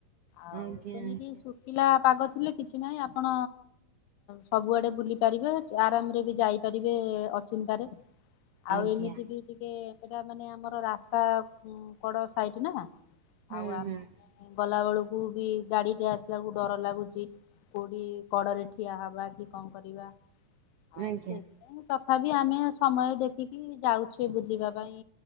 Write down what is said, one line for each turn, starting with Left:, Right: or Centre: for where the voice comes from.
Left: ଆଉ
Right: ଆଜ୍ଞା।
Left: ସେମିତି ଶୁକିଲା ପାଗ ଥିଲେ କିଛି ନାଇ ଆପଣ ସବୁଆଡେ ବୁଲି ପାରିବେ ଚ ଆରାମରେ ବି ଯାଇପାରିବେ ଅଚିନ୍ତାରେ।
Right: ଆଜ୍ଞା।
Left: ଆଉ
Right: ଆଜ୍ଞା
Left: ଏମିତି ବି ଟିକ କେ ଏଟା ମାନେ ଆମର ରାସ୍ତା କଡ଼ ସାଇଟ ନା
Right: ହୁଁ
Left: ଆଉ ଆମେ ଗଲା ବେଳକୁ ବି ଗାଡିଟେ ଆସିଲାକୁ ଡର ଲାଗୁଛି। କୋଉଁଠି କଡ଼ରେ ଠିଆ ହବା କି କଣ କରିବା। ଆଉ
Right: ହୁଁ ଆଜ୍ଞା
Left: ସେଇଥି ପାଇଁ ତଥାପି ଆମେ ସମୟ ଦେଖିକି ଯାଉଁ। କେ ବୁଲିବା ପାଇଁ